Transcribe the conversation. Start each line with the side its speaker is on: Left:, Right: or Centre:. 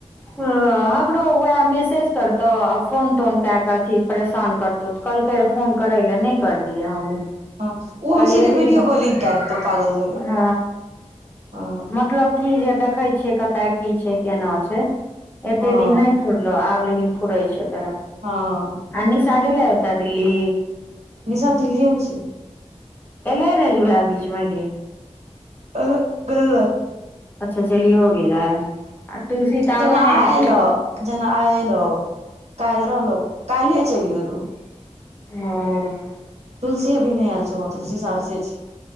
Left: ह हमरो वएह मैसेज करतौ आ फोन तोन क्या कऽ अथी परेशान करतौ कहलकै रहे फोन करै लए नहि करलहि हमहूँ
Right: हँ ओ हम
Left: कहलियए
Right: सीधे
Left: एते
Right: वीडियो
Left: दिन
Right: कॉलिंग
Left: सं
Right: कै देतौ पागल जकाँ
Left: ह
Right: हँ
Left: मतलब की जे देखै छियै कतय की छै केना छै एतेक
Right: हँ
Left: दिन नहि फूरलो आब लेकिन फुरै छौ तोरा
Right: हँ
Left: आ निशा गेले ओत दिल्ली
Right: निशा दिल्लीए मे छै
Left: एलै रहज ओहा बीचमे गे
Right: अं ह गेलए
Left: अच्छा चलियो गेलै आ तुलसी तऽ
Right: जेना
Left: आबै नहि
Right: आ
Left: हेतै
Right: एलो
Left: अभी
Right: जेना आ एलौ काल्ह रहलो कलिहे चलि गेलो
Left: हँ
Right: तुलसी अभी नहि आल छ तुलसी सहारसे छै